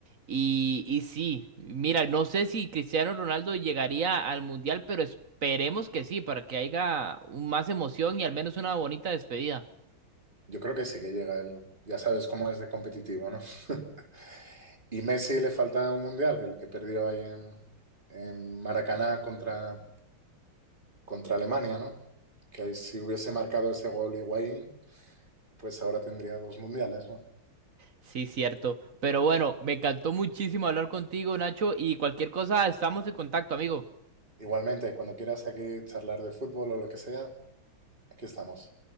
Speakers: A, on the right (about 45°); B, on the right (about 25°).
A: Y, y sí, mira, no sé si Cristiano Ronaldo llegaría al Mundial, pero esperemos que sí, para que haya un- más emoción y al menos una bonita despedida.
B: yo creo que sí que llega él, ya sabes cómo es de competitivo, ¿no? <laughs> Y Messi le falta un mundial, el que perdió ahí en, en Maracaná contra, contra Alemania, ¿no? Que ahí si hubiese marcado ese gol Higuaín, pues ahora tendría dos mundiales, ¿no?
A: Sí, cierto. Pero bueno, me encantó muchísimo hablar contigo, Nacho, y cualquier cosa, estamos en contacto, amigo.
B: Igualmente, cuando quieras aquí charlar de fútbol o lo que sea, aquí estamos.